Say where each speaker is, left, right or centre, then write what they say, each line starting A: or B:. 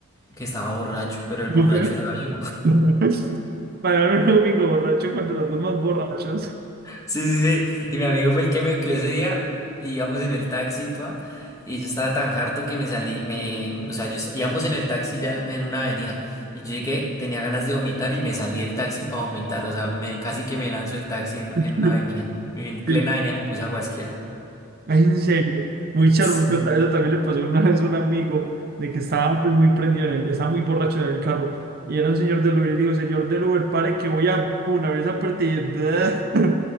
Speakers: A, on the left (about 15°); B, on the right (about 45°).
A: que estaba borracho, pero el
B: No
A: borracho
B: puede.
A: era yo.
B: <laughs> Pagar a un amigo borracho cuando los dos más borrachos.
A: Sí, sí, sí. Y mi amigo fue el que me cuidó ese día. y Íbamos en el taxi, toda, y yo estaba tan harto que me salí. Me, o sea, yo, est- íbamos en el taxi ya en en una avenida. Y yo llegué, tenía ganas de vomitar y me salí del taxi para vomitar. O sea, me, casi que me lanzo el taxi en,
B: <laughs>
A: en una avenida. En plena
B: Sí,
A: avenida me puse a guasquear.
B: Ay, en serio, muy charro,
A: Sí,
B: porque otra- eso también le pasó una vez a un amigo de que estaba pues, muy prendido en el, estaba muy borracho en el carro. Y era un señor del Uber, y digo, señor del Uber, pare que voy a una vez a partir. <laughs>